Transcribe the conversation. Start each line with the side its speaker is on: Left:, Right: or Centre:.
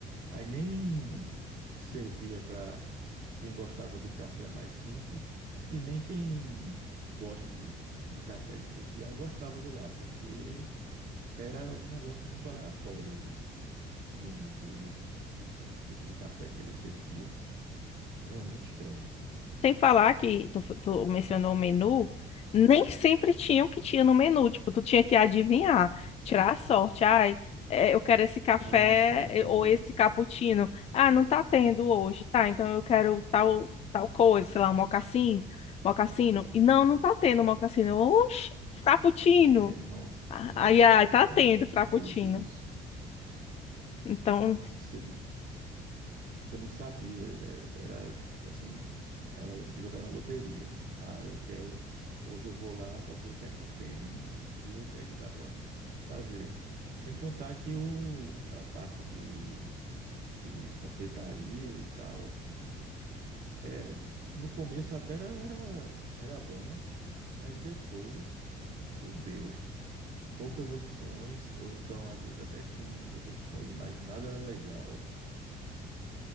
Right: Aí nem servia para quem gostava de um café mais simples e nem quem gosta de de café especial gostava de lá, porque era um negócio muito aleatório o menu deles, o- os, ca- os tipos de café que eles serviam. É muito estranho.
Left: Sem falar que tu, tu mencionou o menu, nem sempre tinha o que tinha no menu. Tipo, tu tinha que adivinhar, tirar a sorte. Ai, é, eu quero esse café
Right: Nossa, era
Left: é,
Right: mesmo.
Left: ou esse cappuccino. Ah, não tá tendo hoje, tá? Então eu quero tal, tal coisa, sei lá, um mocassim, mocassino. E não, não tá tendo mocassino. Oxi, frappuccino.
Right: É, nossa,
Left: Ah,
Right: nem
Left: Ai,
Right: me fala.
Left: ai, tá
Right: Era
Left: tendo
Right: muito
Left: frappuccino.
Right: doido isso.
Left: Então,
Right: Você, você não sabia. é, Era assim, era jogar na loteria. Ah, eu quero. Hoje eu vou lá para ver o que é que tem e ver o que é que dá para fazer. Sem contar que o, a parte de, de confeitaria e tal, assim, Era, no começo até era, era, era bom, mas depois, meu Deus, poucas opções, ou então às vezes até tinha muitas opções, mas nada era legal.